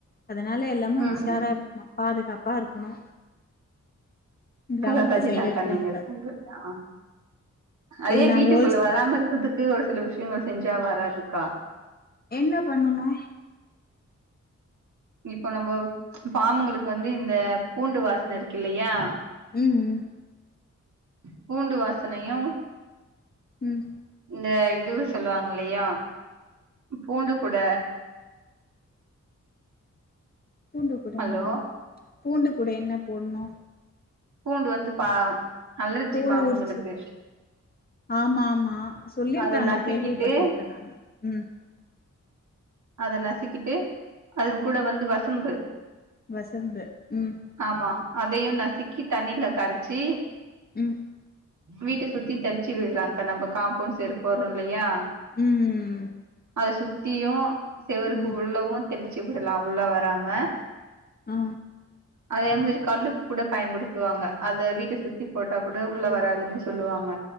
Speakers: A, on the left; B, on the right.
A: அதனால எல்லாமே
B: ம்
A: உஷாரா
B: ம்
A: இருக்கணு பாதுகாப்பா இருக்கணு கிராமத்து
B: கரெட்தாக்கா
A: சைடு இருக்கிறவங்க
B: நீங்க சொல்றது அ அதே
A: எல்லா
B: வீட்டுக்குள்ள
A: ஹோல்ஸ்
B: வராம இருக்குது க்கு ஒரு சில விஷயகள் செஞ்சா வராதுக்கா
A: என்ன பண்ணனு
B: இப்ப நம்ப பாம்புகளுக்கு வந்து இந்த பூண்டு வாசன இருக்கு இல்லையா
A: ம்
B: பூண்டு வாசனையு
A: ம்
B: இந்த இது சொல்லுவாகல்லையா பூண்டு கூட
A: பூண்டு கூட
B: ஹலோ
A: என்ன பூண்டு கூட என்ன போடணு
B: பூண்டு வந்து பா அலர்ஜி
A: தோல்
B: பாம்புங்களுக்கு
A: உருச்சு ஆமா ஆமா சொல்லிருக்காங்க
B: அத நசுக்கிட்டு
A: கேள்விப்பட்டிருக்கே நானு ம்
B: அத நசிகிட்டு அது கூட வந்து வசம்பு
A: வசம்பு ம்
B: ஆமா அதையு நசுக்கி தண்ணில கரச்சி
A: ம்
B: வீட்ட சுத்தி தெளிச்சி விடுலாக்கா நம்ம காம்பவுண்ட் சைடு போறோ இல்லையா
A: ம் ம் ம்
B: அத சுத்தியு சேவருக்கு
A: ம்
B: உள்ளவு தெளிச்சு விடலா உள்ள வராம
A: ஆ
B: அதே மாரி கல்லுப்பு கூட பயன்படுத்வாங்க அத வீட்ட சுத்தி போட்டா கூட உள்ள வராதுனு சொலுவாங்க